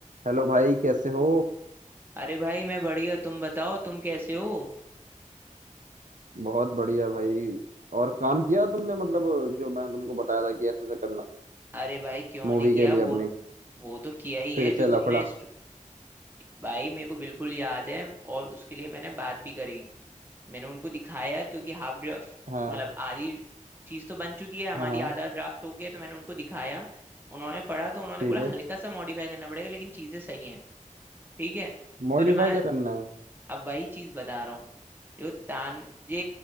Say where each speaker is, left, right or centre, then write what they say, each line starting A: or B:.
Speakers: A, on the right; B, on the right.
A: Hello भाई कैसे हो
B: अरे भाई मैं बढ़िया तुम बताओ तुम कैसे हो
A: बहुत बढ़िया भाई और काम किया तुमने मतलब जो मैं तुमको बताया था कि ऐसे ऐसे करना
B: अरे भाई क्यों
A: मूवी
B: नहीं किया
A: के लिए
B: वो
A: अपनी
B: वो तो किया ही
A: फिर
B: है
A: से
B: जो
A: लफड़ा
B: तुमने स्ट- भाई मेरे को बिल्कुल याद है और उसके लिए मैंने बात भी करी मैंने उनको दिखाया क्योंकि हाफ ड्राफ्ट
A: हाँ
B: मतलब आधी चीज तो बन चुकी है हमारी
A: हाँ
B: आधा ड्राफ्ट हो गया तो मैंने उनको दिखाया उन्होंने पढ़ा तो उन्होंने
A: ठीक
B: बोला
A: है
B: हल्का सा मॉडिफाई करना पड़ेगा लेकिन चीजें सही हैं ठीक है
A: मॉडिफाई
B: तो जो मैं
A: क्या करना है
B: अब वही चीज बता रहा हूँ जो तान ये